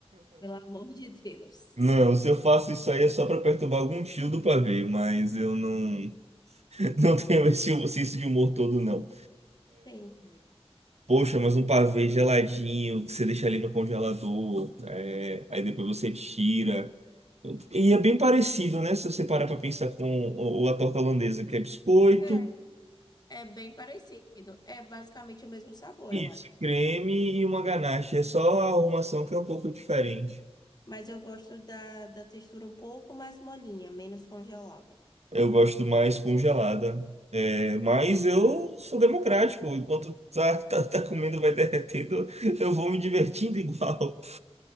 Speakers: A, on the left (about 40°); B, on the right (about 85°).
A: Pelo amor de Deus.
B: Não, se eu faço isso aí é só pra perturbar algum tio do pavê, mas eu não, <laughs> não tenho esse senso de humor todo, não.
A: Entendi.
B: Poxa, mas um pavê geladinho, que você deixa ali no congelador, é, aí depois você tira. E é bem parecido, né? Se você parar para pensar com o, o- a torta holandesa, que é biscoito,
A: É, é bem parecido. É basicamente o mesmo sabor,
B: isso,
A: eu acho.
B: creme e uma ganache. É só a arrumação que é um pouco diferente.
A: Mas eu gosto da, da textura um pouco mais molinha, menos congelada.
B: Eu gosto mais congelada. É, mas eu sou democrático. Enquanto tá, tá, tá comendo, vai derretendo, <laughs> eu vou me divertindo igual.